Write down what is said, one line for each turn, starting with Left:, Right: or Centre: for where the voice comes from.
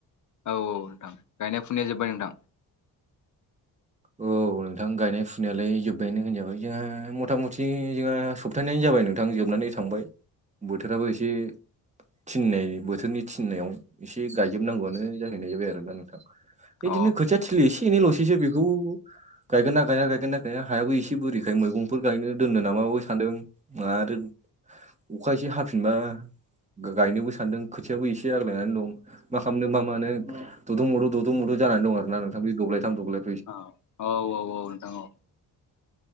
Left: औ औ नोंथां गायनाय फुनाया जोब्बाय नोंथां।
Right: औ नोंथां गायनाय फुनायालाय जोब्बायानो होनजाबाय जोंहा मथा मथि जोंहा सब हाबथायानो जाबाय नोंथां जोबनानै थांबाय बोथोराबो एसे थिननाय बोथोरनि थिननायाव एसे गायजोबनांगौआनो जाहैनाय जाबाय आरोना नोंथां।
Left: अ
Right: इदिनो खोथिया थिलि एसे एनै लसैसो बेखौ बेखौ गायगोन ना गाया गायगोन ना गाया हायाबो एसे बोरैखाय मैगंफोर गायनो खौ दोननो नामाबो सान्दों आरो अखा एसे हाफिनबा। गायनोबो सान्दों खोथियाबो एसे आग्लायनानै दं। मा खालामनो मा मानो ददं मुदु ददं मदु जानानै दं आरो ना नोंथां बे दब्लायथाम दब्लाय
Left: औ औ औ औ नोंथां औ।